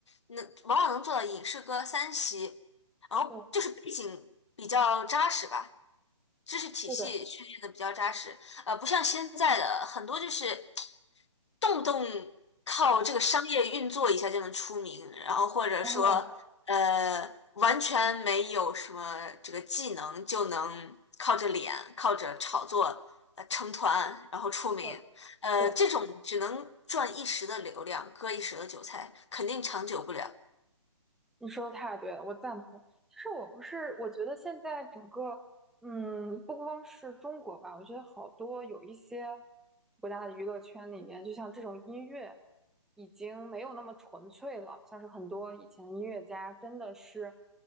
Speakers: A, on the left; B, in the centre.
A: 能往往能做到影视歌三栖，然后就是背景比较扎实吧。
B: 对，
A: 知识体系训练的比较扎实，
B: 是的，
A: 呃，不像现在的很多就是动不动靠这个商业运作一下就能出名，然后或者说呃完全没有什么这个技能就能靠着脸、
B: 啊，
A: 靠着炒作呃成团然后出名，
B: 对
A: 呃，
B: 对。
A: 这种只能赚一时的流量，割一时的韭菜，肯定长久不了。
B: 你说的太对了，我赞同。其实我不是，我觉得现在整个，嗯，不光是中国吧，我觉得好多有一些国家的娱乐圈里面，就像这种音乐已经没有那么纯粹了。像是很多以前的音乐家，真的是，